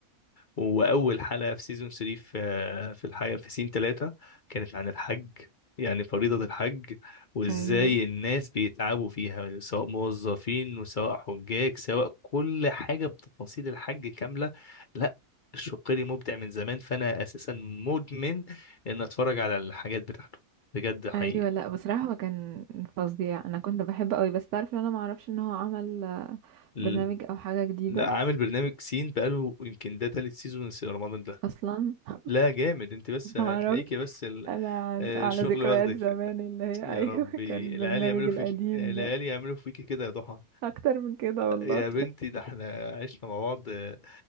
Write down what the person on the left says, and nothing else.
واول حلقه في سيزون 3 في في الحقيقه في سين 3 كانت عن الحج يعني فريضه الحج وازاي
الناس بيتعبوا فيها سواء موظفين وسواء حجاج سواء كل حاجه بتفاصيل الحج كامله لا الشقيري مبدع من زمان فانا اساسا مدمن ان اتفرج على الحاجات بتاعته بجد حقيقي
ال-
لا عامل برنامج سين بقاله يمكن ده تالت سيزون رمضان ده
لا جامد انت بس هتلاقيكي
بس ال-
آه،
الشغل
واخدك
يا
ربي
العيال يعملوا
فيك العيال
يعملوا فيك كده يا ضحى
يا بنتي ده احنا عشنا مع بعض آه،